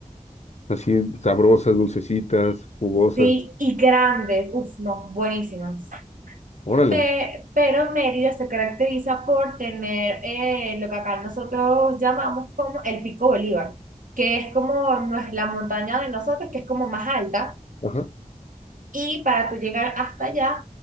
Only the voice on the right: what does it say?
Sí, y grandes, uff, no, buenísimas.
Pe- pero Mérida se caracteriza por tener eh, lo que acá nosotros llamamos como el Pico Bolívar, que es como nues- la montaña de nosotros, que es como más alta,
y para tú llegar hasta allá,